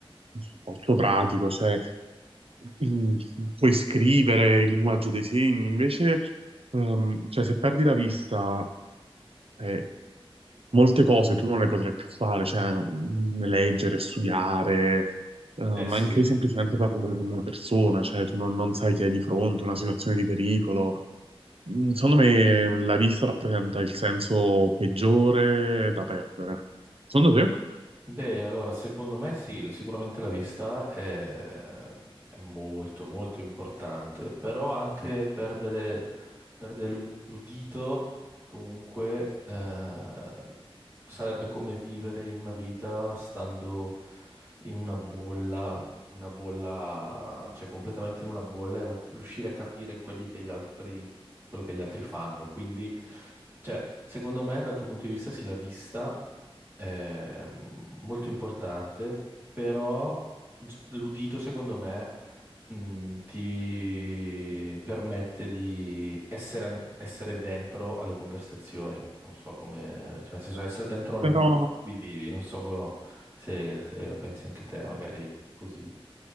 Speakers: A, on the right; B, on the right.
A: un supporto pratico, cioè mm, puoi scrivere il linguaggio dei segni, invece ehm, cioè, se perdi la vista eh, molte cose tu non le potrai più fare, cioè mm, leggere, studiare, eh, ma
B: Eh sì,
A: anche semplicemente parlare con una persona, cioè tu non, non sai chi hai di fronte, una situazione di pericolo. Mm, Secondo me la vista rappresenta il senso peggiore da perdere. Secondo te?
B: Beh, allora, secondo me sì, il- sicuramente la vista è, è molto, molto importante, però anche perdere, perdere l'u- l'udito comunque eh, sarebbe come vivere in una vita stando in una bolla, una bolla, cioè completamente in una bolla e non riuscire a capire quelli che gli altri, quello che gli altri fanno. Quindi, cioè, secondo me, dal tuo punto di vista, sì, la vista è molto importante, però gi- l'udito, secondo me mm, ti permette di essere, an- essere dentro alle conversazioni, non so come, cioè nel senso essere dentro al
A: Però,
B: mondo in cui vivi, non so co- se, se la pensi anche te, magari così.